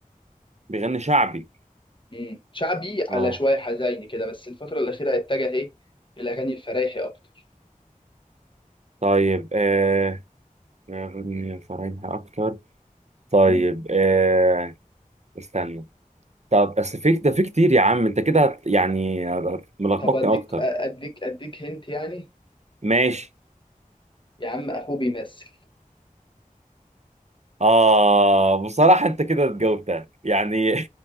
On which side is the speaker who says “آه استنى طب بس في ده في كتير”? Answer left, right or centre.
Right